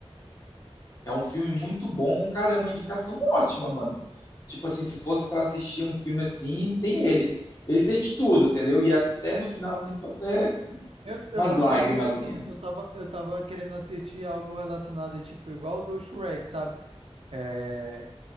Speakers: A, on the left; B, on the right.
A: É um filme muito bom, cara, é uma indicação ótima, mano. Tipo assim, se fosse pra assistir um filme assim, tem ele. Ele tem de tudo, entendeu? E até no final, assim, tô até com
B: Eu, eu
A: umas
B: particularmente,
A: lagrimazinha.
B: eu, tô, eu tava, eu tava querendo assistir algo relacionado, é tipo, igual do Shrek, sabe? É,